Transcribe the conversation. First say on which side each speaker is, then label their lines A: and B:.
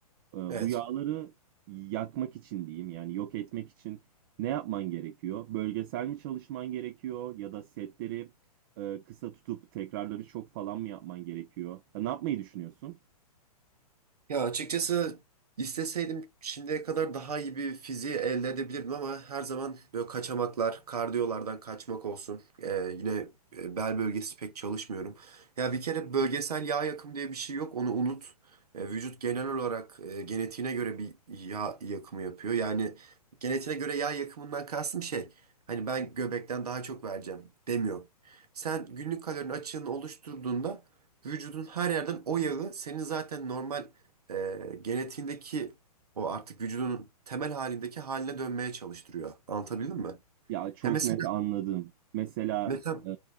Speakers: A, on the right (about 35°); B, on the right (about 75°).
A: e, bu
B: Evet.
A: yağları yakmak için diyeyim yani yok etmek için ne yapman gerekiyor? Bölgesel mi çalışman gerekiyor ya da setleri e, kısa tutup tekrarları çok falan mı yapman gerekiyor? Ya ne yapmayı düşünüyorsun?
B: Ya açıkçası isteseydim şimdiye kadar daha iyi bir fiziği elde edebilirdim ama her zaman böyle kaçamaklar, kardiyolardan kaçmak olsun. Ee, yine e, bel bölgesi pek çalışmıyorum. Ya bir kere bölgesel yağ yakımı diye bir şey yok, onu unut. Ee, vücut genel olarak e, genetiğine göre bir yağ yakımı yapıyor. Yani genetiğine göre yağ yakımından kastım şey, hani ben göbekten daha çok vereceğim demiyor. Sen günlük kalorinin açığını oluşturduğunda vücudun her yerden o yağı senin zaten normal e, genetiğindeki o artık vücudunun temel halindeki haline dönmeye çalıştırıyor. Anlatabildim mi?
A: Ya çok
B: Ya mesela
A: net anladım. Mesela
B: mesela
A: e,